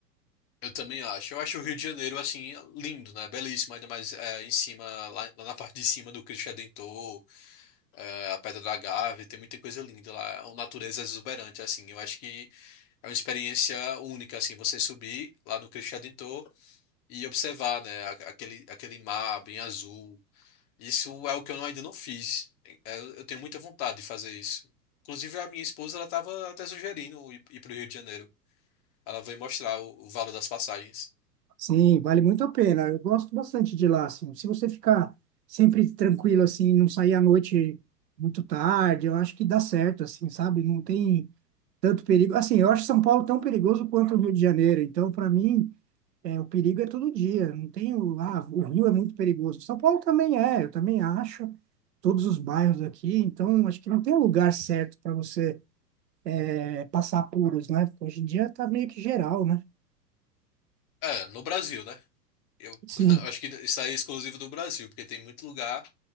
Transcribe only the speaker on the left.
Eu também acho. Eu acho o Rio de Janeiro, assim, lindo, né? Belíssimo, ainda mais é, em cima, lá, lá na parte de cima do Cristo Redentor, é, a Pedra da Gávea, tem muita coisa linda lá. É uma natureza é exuberante, assim. Eu acho que é uma experiência única, assim, você subir lá no Cristo Redentor e observar, né? a- Aquele, aquele mar bem azul. Isso é o que eu ainda não fiz. É, Eu, tenho muita vontade de fazer isso. Inclusive, a minha esposa, ela estava até sugerindo ir, ir para o Rio de Janeiro. Ela veio mostrar o o valor das passagens.
É, no Brasil, né? Eu
<laughs> acho que isso aí é exclusivo do Brasil, porque tem muito lugar